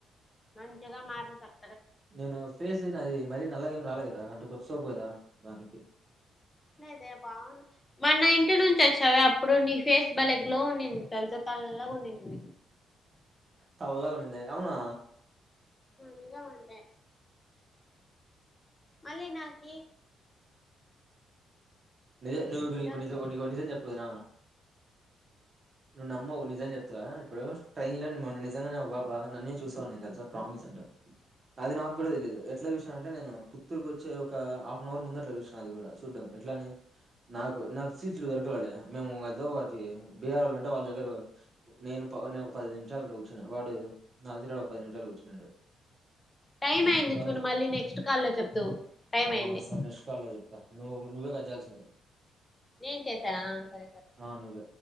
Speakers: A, on the left (about 20°); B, on the right (about 35°).
A: మంచిగా మార్ తప్ప
B: నేను ఫేస్ అది మరిీ నలగేం రాలదు నాది అంటకొచ్చేసావే కదా దానికి
A: లేదే బాగు మన్న ఇంటి నుంచి వచ్చావ అప్పుడు నీ ఫేస్ బలేె గ్లో ఉన్నింది తెలుస తెల్లగా ఉండింది
B: తెల్లగా ఉండిందా అవునా
A: తెల్లగుండే మల్లినాకి
B: నిజ ను
A: ఈరోజు
B: నిజ నికు నిజం చెప్పు వదిన నువ్వు నమ్మవ్ నిజం చెప్తావా ఇప్పుడు ట్రైన్ లో నిజంగానే ఒక పాపా నన్నే చూస్తావునేది తెలుసా ప్రామిస్ అంట అది నాకు నాకు కూడా తెలియదు ఎట్లా చుసిన అంటే నేను గుంటూరుకు వచ్చే ఒక హాఫ్ ఆన్ అవర్ ముందట్ల అది కూడా చూద్దాం ఎట్లాని నాకు నాకు సీట్లు దొరకాలలే మేము ఏదో ఒటి బీహార్లో ఉంటే వాళ్ళ దగ్గర నేను నేను ఒక పది నిమిషాలు కూర్చున్నా వాడు నజీర్ గాడు ఒక పది నిమిషాలు కూర్చున్నాడు
A: టైం అయింది
B: వాళ
A: చూడు మళ్ళీ నెక్స్ట్ కాల్లో చెప్దువు టైం
B: ఆ
A: అయింది
B: సరే నెక్ట్ కాలో చెప్తా నువ్వు నువ్వే కట్ జాల్సిందే
A: నెన్ చేసాన సరే సరే
B: ఆ నువ్వే